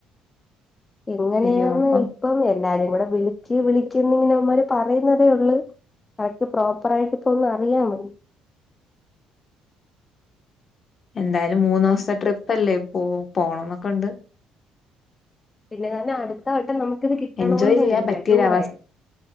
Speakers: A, on the left; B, on the left.
A: എങ്ങനെയാണ്.
B: അയ്യോ അപ്പം
A: ഇപ്പം എല്ലാരും കൂടെ വിളക്ക് വിളിക്കന്ന് ഇങ്ങനെ ഇവന്മാരെ പറയുന്നതേ ഉള്ളു. അ വർക്ക് പ്രോപ്പർ ആയിട്ട് ഇപ്പൊ ഒന്ന് അറിയാമോ?
B: എന്തായാലും മൂന്ന് ദിവസത്തെ ട്രിപ്പ് അല്ലേ ഇപ്പോ പോകണംന്നൊക്കെ ഉണ്ട്.
A: പിന്നെ തന്നെ അടുത്ത വട്ടം നമുക്കിത് കിട്ടണമന്ന്
B: എൻജോയ് ചെയ്യാൻ
A: ല്ല
B: പറ്റിയൊരവസ
A: ടൂറെ.